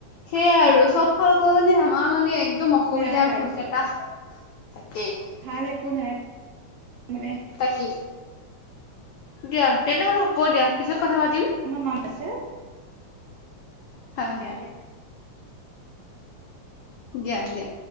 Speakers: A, on the left (about 85°); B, on the right (about 70°).
A: সেয়াই আৰু চব ফালৰ পৰা মানে আমাৰ মানে- একদম অসুবিধা
B: বেয়াই
A: অসুবিধা
B: আৰু চব
A: তা তাকেই।
B: ভাল একো নাই মানে।
A: তাকেই। দিয়া তেনেহ'লে হ'ব দিয়া, পিছত কথা পাতিম।
B: আমাৰ মাক মাতিছে।
A: হয় হয়,
B: দিয়া
A: দিয়া দিয়া।